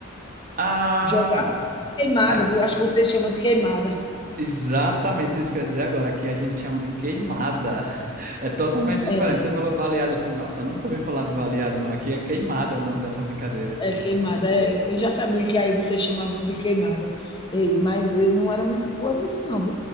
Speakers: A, on the right (about 45°); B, on the left (about 25°).
A: Ah,
B: Jogar queimada,
A: a-
B: acho que vocês chamam de queimada.
A: exatamente isso que eu ia dizer agora. Aqui a gente chama de queimada. <laughs> É totalmente diferente.
B: É,
A: Você falou baleada. Eu falei, nossa, eu nunca ouvi falar de baleada, não. Aqui é queimada o nome dessa brincadeira.
B: é queimada. É. Eu já sabia que aí vocês chamavam de queimada. Ei, mas eu não era muito boa nisso, não.